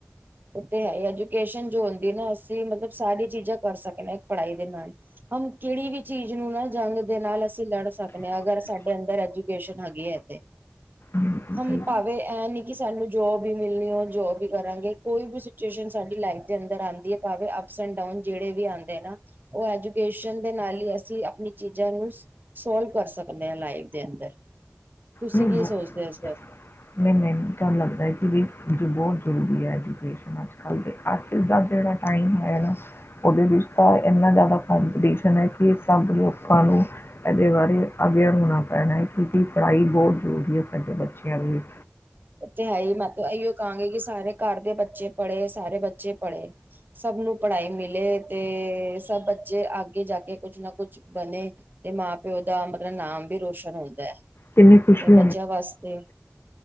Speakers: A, on the right; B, on the left.
A: ਉਹ ਤੇ ਹੈ ਐਜੂਕੇਸ਼ਨ ਜੋ ਹੁੰਦੀ ਨਾ ਅਸੀਂ ਮਤਲਬ ਸਾਰੀਆਂ ਚੀਜ਼ਾਂ ਕਰ ਸਕਦੇ ਇੱਕ ਪੜ੍ਹਾਈ ਦੇ ਨਾਲ ਹਮ ਕਿਹੜੀ ਵੀ ਚੀਜ਼ ਨੂੰ ਨਾ ਜੰਗ ਦੇ ਨਾਲ ਅਸੀਂ ਲੜ ਸਕ ਦੇ ਜੇ ਅਗਰ ਸਾਡੇ ਅੰਦਰ ਐਜੂਕੇਸ਼ਨ ਹੈਗੀ ਹੈ ਤੇ
B: ਬਿਲਕੁਲ
A: ਹਮ
B: ਸਹੀ
A: ਭਾਵੇ ਇਹ ਨੀ ਕਿ ਸਾਨੂੰ ਜੋਬ ਹੀ ਮਿਲਣੀ ਹੋ ਜੋਬ ਹੀ ਕਰਾਂਗੇ। ਕੋਈ ਵੀ ਸਿਚੁਏਸ਼ਨ ਸਾਡੀ ਲਾਈਫ ਦੇ ਅੰਦਰ ਆਉਂਦੀ ਭਾਵੇਂ ਅੱਪਸ ਐਂਡ ਡਾਊਨ ਜਿਹੜੇ ਵੀ ਆਉਂਦੇ ਨਾ ਉਹ ਐਜੂਕੇਸ਼ਨ ਦੇ ਨਾਲ ਹੀ ਅਸੀਂ ਆਪਣੀ ਚੀਜ਼ਾਂ ਨੂੰ ਸੋਲਵ ਕਰ ਸਕਦੇ। ਮੇਰੇ ਲਾਈਫ ਦੇ ਅੰਦਰ। ਤੁਸੀਂ
B: ਨਹੀਂ
A: ਕੀ ਸੋਚਦੇ ਹੋ ਇਸ ਬਾਰੇ
B: ਨਹੀਂ ਤੁਹਾਨੂੰ ਲੱਗਦਾ ਕਿ ਵੀ ਜੀ ਬਹੁਤ ਜ਼ਰੂਰੀ ਹੈ। ਐਜੂਕੇਸ਼ਨ ਅੱਜ ਕੱਲ੍ਹ ਦੇ ਅੱਜ ਦਾ ਜਿਹੜਾ ਟਾਈਮ ਹੈ ਨਾ ਉਹਦੇ ਵਿੱਚ ਤਾਂ ਇੰਨਾ ਜ਼ਿਆਦਾ ਕੌਪੀਟੀਸ਼ਨ ਹੈ ਕਿ ਸਭ ਲੋਕਾਂ ਨੂੰ ਇਹਦੇ ਬਾਰੇ ਅਵੇਅਰ ਹੋਣਾ ਪੈਣਾ ਹੈ ਕਿਉਂਕਿ ਪੜ੍ਹਾਈ ਬਹੁਤ ਜ਼ਰੂਰੀ ਹੈ ਸਾਡੇ ਬੱਚਿਆਂ ਦੇ ਵਿੱਚ
A: ਤੇ ਹੈ ਹੀ ਮੈਂ ਇਹੀਓ ਕਹਾਂਗੀ ਕਿ ਸਾਰੇ ਘਰ ਦੇ ਬੱਚੇ ਪੜ੍ਹੇ ਸਾਰੇ ਬੱਚੇ ਪੜ੍ਹੇ ਸਭ ਨੂੰ ਪੜ੍ਹਾਈ ਮਿਲੇ ਤੇ ਸਭ ਬੱਚੇ ਆਗੇ ਜਾ ਕੇ ਕੁੱਝ ਨਾ ਕੁੱਝ ਬਣੇ ਤੇ ਮਾਂ ਪਿਓ ਪਿਓ ਦਾ ਮਤਲਬ ਨਾਮ ਵੀ ਰੋਸ਼ਨ ਹੁੰਦਾ ਹੈ
B: ਕਿੰਨੀ ਖੁਸ਼ੀ
A: ਤੇ ਬੱਚਿਆਂ ਵਾਸਤੇ